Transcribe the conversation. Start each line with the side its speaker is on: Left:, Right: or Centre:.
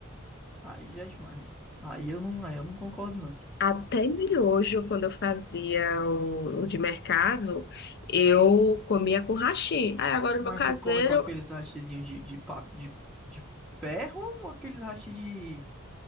Centre: aí já é demais. Aí eu não, aí eu não concordo não.
Left: Até miojo, quando eu fazia o, o de mercado, eu comia com hashi. Aí agora
Centre: Mas
Left: o meu caseiro,
Centre: tu come com aqueles hashizinhos de, de, pa- de, de ferro ou aqueles hashi de,